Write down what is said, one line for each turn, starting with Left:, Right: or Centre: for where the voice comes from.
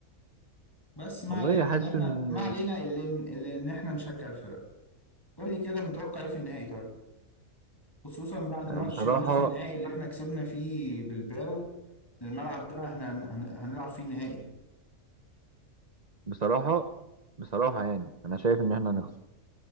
Left: بس ما
Right: والله
Left: علينا
Right: حاسس
Left: ان احنا
Right: ان
Left: ما علينا اللي اللي ان احنا نشجع الفرق قول لي كده متوقع ايه في النهائي طيب خصوصا بعد
Right: آه،
Left: ماتش
Right: بصراحة
Left: النص النهائي اللي احنا كسبنا فيه بالباو الملعب ده احنا هن- هن- هنلعب فيه النهائي
Right: بصراحة بصراحة يعني أنا شايف إن إحنا هنخسر